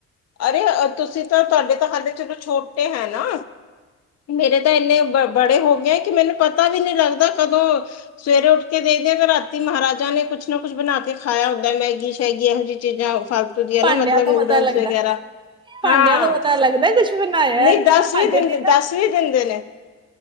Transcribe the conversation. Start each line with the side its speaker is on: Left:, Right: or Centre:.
Left: ਅਰੇ, ਤੁਸੀਂ ਤਾ, ਤੁਹਾਡੇ ਤਾਂ ਹਾਲੇ ਚਲੋ ਛੋਟੇ ਹੈਨਾ ਮੇਰੇ ਤਾਂ ਇੰਨੇ ਬੜੇ ਹੋ ਗਏ ਏ, ਕਿ ਮੈਨੂੰ ਪਤਾ ਵੀ ਨਹੀਂ ਲੱਗਦਾ ਕਦੋ ਸਵੇਰੇ ਉੱਠਕੇ ਦੇਖਦੇ ਆ ਤੇ ਰਾਤੀ ਮਹਾਰਾਜਾ ਨੇ ਕੁੱਛ ਨਾ ਕੁੱਛ ਬਣਾਕੇ ਖਾਇਆ ਹੁੰਦਾ ਏ, ਮੈਗੀ-ਸ਼ੈਗੀ ਇਹੋ ਜਿਹੀ ਚੀਜ਼ਾਂ, ਫਾਲਤੂ ਦੀਆਂ
Right: ਭਾਂਡਿਆਂ
Left: ਨਾ ਮਤਲਬ
Right: ਦਾ
Left: ਨੂਡਲਸ
Right: ਪਤਾ ਲੱਗਦਾ
Left: ਵਗੈਰਾ।
Right: ਹੈ। ਭਾਂਡਿਆਂ
Left: ਹਾਂ,
Right: ਦਾ ਪਤਾ ਲੱਗਦਾ ਹੈ ਕੁਝ ਬਣਾਇਆ
Left: ਨਹੀਂ
Right: ਹੈ ਕਿਉਂਕਿ
Left: ਦੱਸ
Right: ਭਾਂਡੇ
Left: ਵੀ ਦਿੰਦੇ,
Right: ਨਹੀਂ ਨਾ
Left: ਦੱਸ ਵੀ ਦਿੰਦੇ ਨੇ।